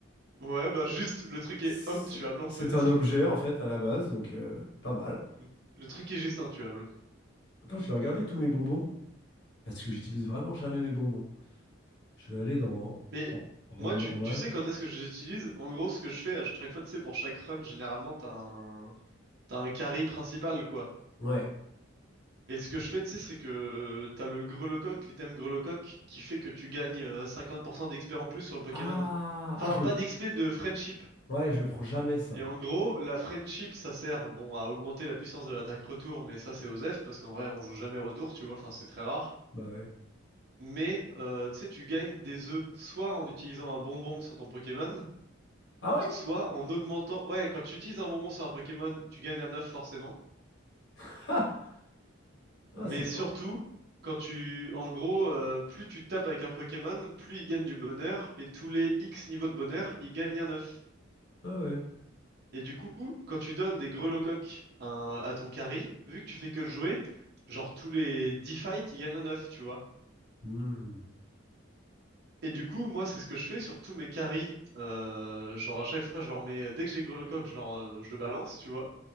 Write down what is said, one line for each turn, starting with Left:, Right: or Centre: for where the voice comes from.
Right: Ouais, bah, juste, le truc
Left: c'est
Right: est intuable, en
Left: c'est
Right: fait.
Left: un objet en fait à la base, donc euh, pas mal.
Right: <laughs> Le truc est juste intuable.
Left: Attends, je vais regarder tous mes bonbons parce que j'utilise vraiment jamais mes bonbons. Je vais aller dans
Right: Mais
Left: en, en
Right: moi,
Left: normal.
Right: tu, tu sais quand est-ce que je les utilise? En gros, ce que je fais à chaque fois, tu sais, pour chaque run, généralement, t'as un, t'as un carry principal, quoi.
Left: Ouais.
Right: Et ce que je fais, tu sais, c'est que euh, t'as le grelocoq, l'item grelocoq, qui fait que tu gagnes euh, 50% d'XP en plus sur le Pokémon.
Left: Ah, ah,
Right: Enfin,
Left: je le
Right: pas
Left: prends.
Right: d'XP, de friendship.
Left: Ouais, je le prends jamais ça.
Right: Et en gros, la friendship, ça sert, bon, à augmenter la puissance de l'attaque retour, mais ça, c'est aux F, parce qu'en vrai, on joue jamais retour, tu vois, enfin, c'est très rare.
Left: Bah ouais.
Right: Mais, euh, tu sais, tu gagnes des œufs, soit en utilisant un bonbon sur ton Pokémon,
Left: Ah ouais?
Right: Soit en augmentant... Ouais, quand tu utilises un bonbon sur un Pokémon, tu gagnes un œuf forcément.
Left: <laughs> Ah,
Right: Mais
Left: ah, c'est
Right: surtout,
Left: marrant.
Right: quand tu... En gros, euh, plus tu tapes avec un Pokémon, plus il gagne du bonheur. Et tous les X niveaux de bonheur, il gagne un œuf.
Left: Ah ouais.
Right: Et du coup, quand tu donnes des grelocoques à, un- à ton carry, vu que tu fais que le jouer, genre tous les 10 fights, il gagne un œuf, tu vois.
Left: Hmm.
Right: Et du coup, moi, c'est ce que je fais sur tous mes carries. Euh, genre à chaque fois, je leur mets... Dès que j'ai grelocoque, je leur... euh, je le balance, tu vois.